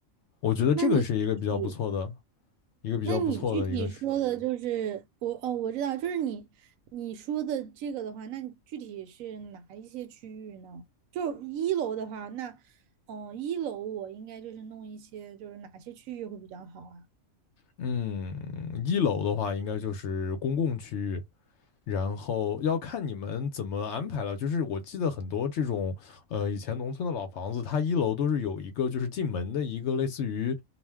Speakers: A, on the left (about 65°); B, on the right (about 75°).
A: 我觉得这个是一个比较不错的，
B: 那你具体
A: 一个比较不错的一个是，
B: 那你具体说的就是我哦，我知道，就是你你说的这个的话，那你具体是哪一些区域呢？就一楼的话，那嗯、呃一楼我应该就是弄一些，就是哪些区域会比较好啊？
A: 嗯，一楼的话应该就是公共区域。然后要看你们怎么安排了。就是我记得很多这种，呃，以前农村的老房子，它一楼都是有一个就是进门的一个类似于